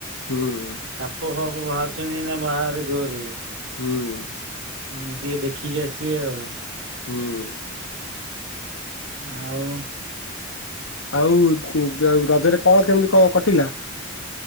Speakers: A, on the left; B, on the right.
A: ହୁଁ।
B: ସାପ ଫାପ ବାହାରୁଛନ୍ତି ନା ବାହାରେ ଜୋରରେ।
A: ହୁଁ
B: ହୁଁ ଟିକେ ଦେଖିକି ଆସିବେ ଆଉ।
A: ହୁଁ
B: ଆଉ
A: ଆଉ ରଜରେ କଣ କେମିତି କଣ କଟିଲା?